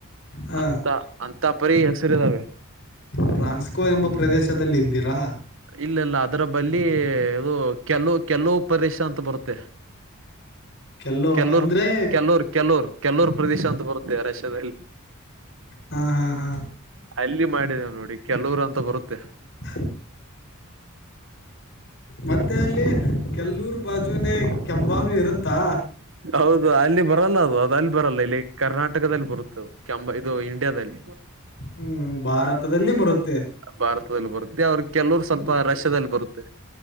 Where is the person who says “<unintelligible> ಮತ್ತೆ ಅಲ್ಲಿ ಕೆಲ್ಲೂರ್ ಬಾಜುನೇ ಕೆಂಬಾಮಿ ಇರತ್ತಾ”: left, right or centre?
Left